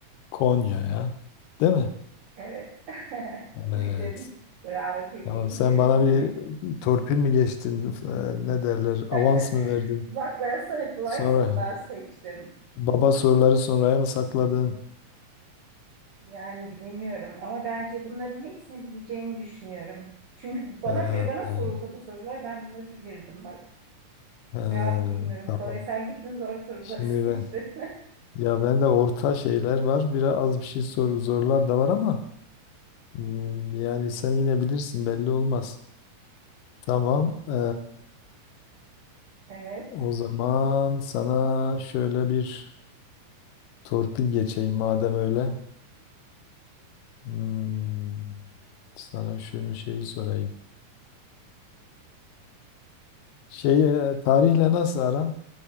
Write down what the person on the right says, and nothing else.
Evet. <laughs>
Bildin. Bravo tebrik
ederim
seni.
<laughs>
Bak ben sana kolay
sorular seçtim.
Yani bilemiyorum ama bence bunların hepsini bileceğini düşünüyorum. Çünkü bana
göre bana
sorulsa bu sorular ben bunları bilirdim bak.
Veya bilmiyorum
kolay sen gittin zor soruları
<laughs> seçtin.
Evet.